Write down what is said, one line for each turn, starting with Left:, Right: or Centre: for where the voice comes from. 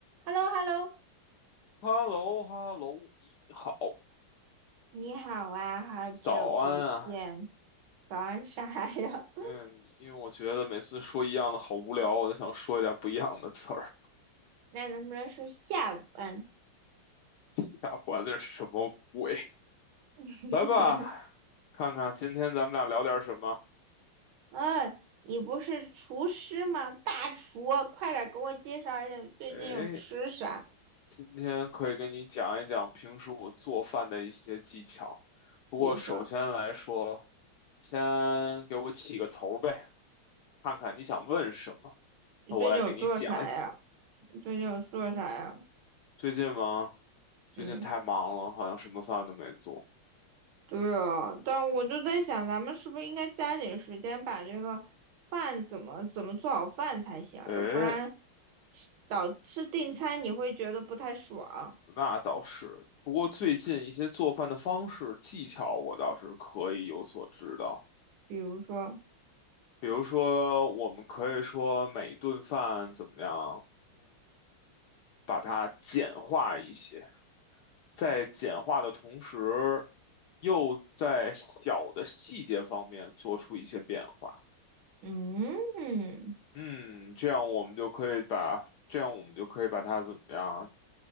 Right: h e l l o h e l l o
Left: h e l l o h e l l o 你好，
Right: 你好啊，好久不见，
Left: 早安啊。
Right: 早安啥呀？<laughs>
Left: 嗯，因为我觉得每次说一样的好无聊，我就想说一点不一样的词儿。
Right: 那能不能说下午安？
Left: <laughs> 下管那是什么鬼？
Right: <laughs>
Left: 来吧，看看今天咱们俩聊点什么。
Right: 嗯，你不是厨师吗？大厨啊，快点给我介绍一下你最近有吃啥？
Left: 哎，今天可以跟你讲一讲平时我做饭的一些技巧。不过首先来说，
Right: 比如说
Left: 先给我起个头呗，看看你想问什么，
Right: 你最近有做啥呀？
Left: 那我来给你讲一讲。
Right: 你最近有做啥呀？
Left: 最近吗？最近太忙了，
Right: 嗯，
Left: 好像什么饭都没做。
Right: 对哦，但我就在想，咱们是不是应该加紧时间把这个饭怎么怎么做好饭才行啊要不然
Left: 诶，
Right: 吃导吃订餐你会觉得不太爽。
Left: 那倒是。不过最近一些做饭的方式技巧，我倒是可以有所知道。
Right: 比如说，
Left: 比如说，我们可以说每顿饭怎么样把它简化一些，在简化的同时，又在小的细节方面做出一些变化。
Right: 嗯，
Left: 嗯，这样我们就可以把，这样我们就可以把它怎么样？